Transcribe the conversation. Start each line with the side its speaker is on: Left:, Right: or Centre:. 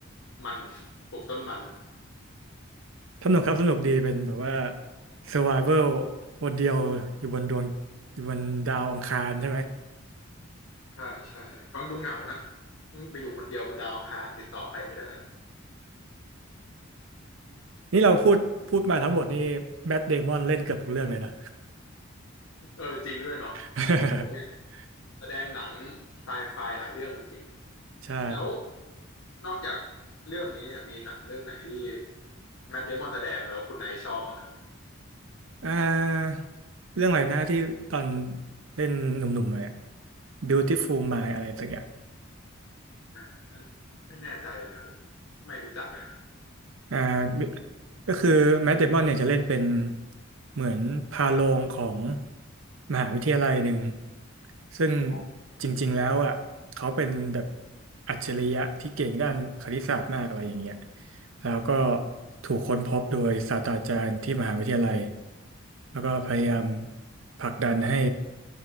Left: มันปลูกต้นมัน
Right: สนุกครับสนุกดีเป็นแบบว่า Survival คนเดียวอยู่บนดวงอยู่บนดาวอังคารใช่ไหม
Left: ใช่ใช่ฟังดูเหงานะไปอยู่คนเดียวบนดาวอังคารติดต่อใครไม่ได้
Right: นี่เราพูดพูดมาทั้งหมดนี่แมทเดมอนเล่นเกือบทุกเรื่องเลยนะ
Left: เออจริงด้วยเนาะ
Right: <laughs>
Left: โอ้แสดงหนังไซไฟหลายเรื่องจริง
Right: ใช่
Left: แล้วนอกจากเรื่องนี้เนี่ยมีหนังเรื่องไหนที่แมทเดมอนแสดงแล้วคุณนายชอบบ้างครับ
Right: อ่าเรื่องอะไรนะที่ตอนเล่นหนุ่มๆหน่อยอะ Beautiful Mind อะไรสักอย่าง
Left: อ่านั้นไม่แน่ใจเลยครับผมไม่รู้จักอะ
Right: อ่าก็คือแมทเดมอนเนี่ยจะเล่นเป็นเหมือนพาโรงของมหาวิทยาลัยหนึ่งซึ่ง
Left: อ๋อ
Right: จริงๆแล้วอ่ะเขาเป็นแบบอัจฉริยะที่เก่งด้านคณิตศาสตร์มากอะไรอย่างเงี้ยแล้วก็ถูกค้นพบโดยศาสตราจารย์ที่มหาวิทยาลัยแล้วก็พยายามผลักดันให้